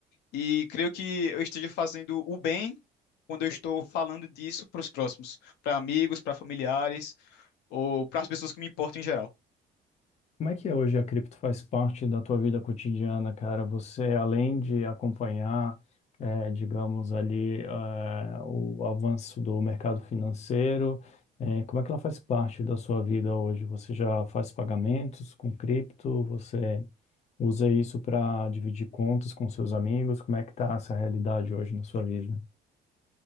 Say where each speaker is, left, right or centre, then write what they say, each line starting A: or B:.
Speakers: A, on the left (about 80°); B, on the left (about 40°).
A: E creio que eu esteja fazendo o bem quando eu estou falando disso para os próximos, para amigos, para familiares ou para as pessoas que me importam em geral.
B: Como é que é hoje a cripto faz parte da tua vida cotidiana, cara? Você, além de acompanhar, eh, digamos ali, eh, o avanço do mercado financeiro, eh, como é que ela faz parte da sua vida hoje? Você já faz pagamentos com cripto? Você usa isso para dividir contas com seus amigos? Como é que tá essa realidade hoje na sua vida?